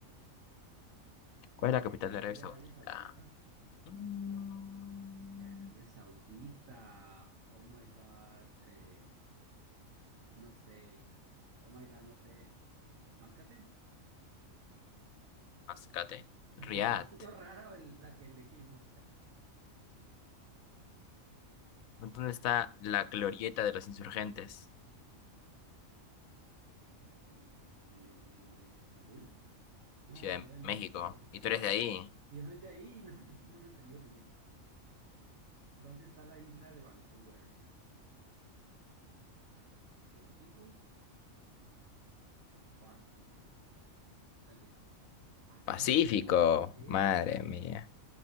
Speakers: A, on the right; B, on the left.
A: ¿Cuál
B: ¿Cuál
A: es
B: es la
A: la
B: capital
A: capital
B: de Arabia
A: de
B: Saudita?
A: Arabia Saudita?
B: Mm,
A: De Arabia Saudita. Oh my God. eh, no sé. Oh my God, no sé. Máscate.
B: Mascate.
A: <laughs>
B: Riad.
A: Un poquito rara el- la que elegí, Máscate.
B: ¿Dónde está la glorieta de los insurgentes?
A: Eh, Estambul. No,
B: Ciudad
A: Ciudad
B: de
A: de México.
B: México.
A: ¿What?
B: Y tú eres de ahí.
A: Yo soy de ahí <laughs> y no, me- no me salió bien. ¿Dónde está la isla de Vancouver? ¿Atlántico o Ártico? Atlántico. Pacífico.
B: Pacífico,
A: ¿Qué?
B: madre mía.